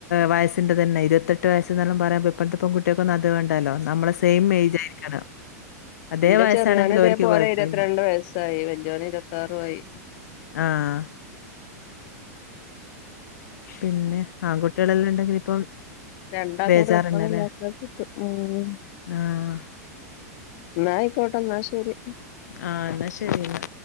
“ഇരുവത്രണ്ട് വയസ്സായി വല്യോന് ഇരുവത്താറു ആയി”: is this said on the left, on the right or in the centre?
Left